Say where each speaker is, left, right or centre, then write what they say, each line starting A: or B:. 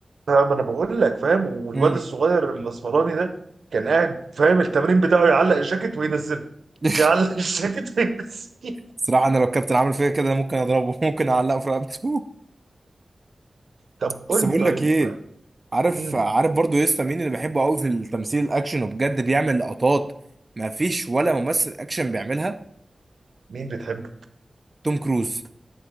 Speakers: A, on the right; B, on the right.
A: فاهم انا بقول لك فاهم والواد
B: امم
A: الصغير الاسمراني ده كان قاعد فاهم التمرين بتاعه يعلق الجاكيت وينزله
B: <laughs>
A: يعلق <laughs> الجاكيت وينزله
B: صراحه انا لو الكابتن عامل فيا كده ممكن اضربه <laughs> ممكن اعلقه في رقبته
A: طب قول
B: بس بقول
A: لي طيب
B: لك ايه عارف
A: مم.
B: عارف برضو يسطا مين اللي بحبه قوي في التمثيل الاكشن وبجد بيعمل لقطات ما فيش ولا ممثل اكشن بيعملها
A: مين بتحب
B: توم كروز